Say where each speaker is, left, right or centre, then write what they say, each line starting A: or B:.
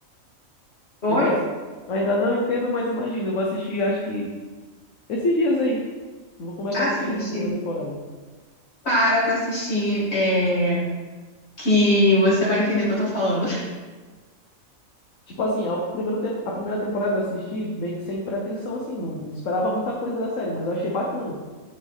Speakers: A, on the left; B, on the left.
A: Oi?
B: Eu vou assi... eu ainda não entendo, mas imagino. Eu vou assistir, acho que esses dias aí. Eu vou começar
A: Assiste.
B: a assistir essa segunda temporada.
A: Para pra assistir, é, que você vai entender o que eu tô falando.
B: Tipo assim, a, o primeiro tempo, a primeira temporada eu assisti meio que sem pretensão, assim. Não, não esperava muita coisa da série, mas eu achei bacana.